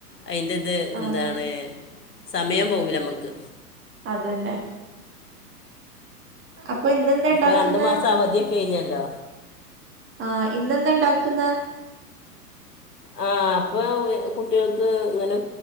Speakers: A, on the left; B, on the right.
A: അയിന്റേത്
B: ആഹ്
A: എന്താണ് സമയം പോകൂല്ല നമുക്ക്
B: അതന്നെ അപ്പൊ ഇന്നെന്താ
A: ഇപ്പൊ
B: ഇണ്ടാക്കുന്നെ
A: രണ്ടു മാസം അവധിയൊക്കെ കഴിഞ്ഞല്ലോ
B: ആ ഇന്നെന്തണ്ടാക്കുന്നെ
A: ആ അപ്പൊ കുട്ടികൾക്ക് ഇങ്ങനെ